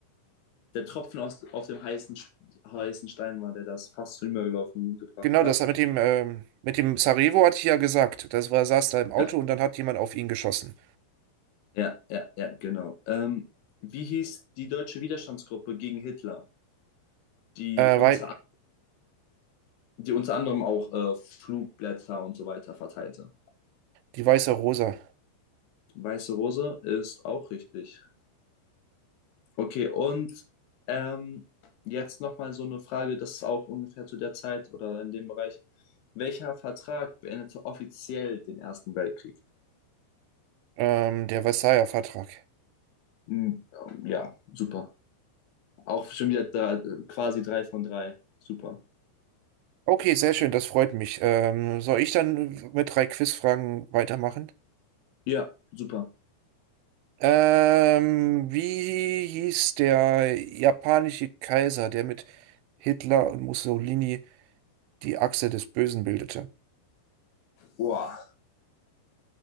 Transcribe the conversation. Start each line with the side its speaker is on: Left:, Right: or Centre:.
Left: der Tropfen aus, auf dem heißen, Sch- heißen Stein war, der das fast zum Überlaufen gebracht
Right: genau,
Left: hat.
Right: das hat mit dem, ähm, mit dem Sarajevo hatte ich ja gesagt. Das war, saß da im Auto
Left: Ja,
Right: und dann hat jemand auf ihn geschossen.
Left: ja, ja, ja, genau. Ähm, wie hieß die deutsche Widerstandsgruppe gegen Hitler, die
Right: Äh,
Left: unter,
Right: weil,
Left: die unter anderem auch äh, Flugblätter und so weiter verteilte?
Right: die weiße Rosa,
Left: Weiße Rose ist auch richtig. Okay, und ähm, jetzt nochmal so eine Frage, das ist auch ungefähr zu der Zeit oder in dem Bereich. Welcher Vertrag beendete offiziell den Ersten Weltkrieg?
Right: ähm, der Versailler Vertrag.
Left: Hm, ähm, ja, super. Auch schon wieder drei, quasi drei von drei. Super.
Right: Okay, sehr schön, das freut mich. Ähm, soll ich dann mit drei Quizfragen weitermachen?
Left: Ja, super.
Right: Ähm, wie hieß der japanische Kaiser, der mit Hitler und Mussolini die Achse des Bösen bildete?
Left: Boah.